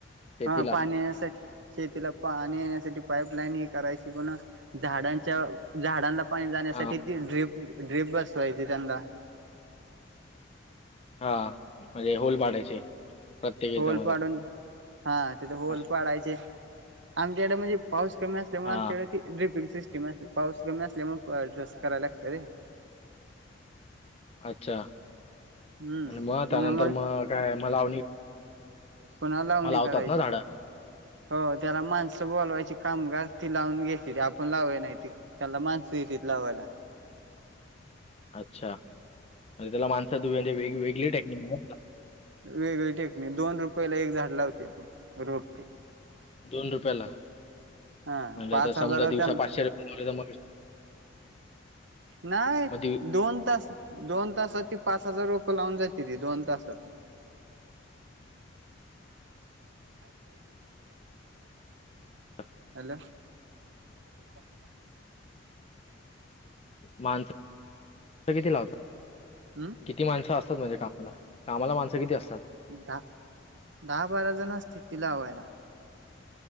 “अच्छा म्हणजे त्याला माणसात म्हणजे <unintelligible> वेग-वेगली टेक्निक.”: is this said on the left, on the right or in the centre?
Left